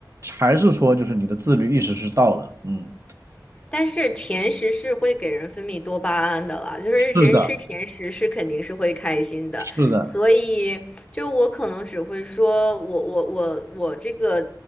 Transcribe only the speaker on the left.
<laughs> 但是甜食是会给人分泌多巴胺的啦，就是人吃甜食是肯定是会开心的。
所以就我可能只会说我我我我这个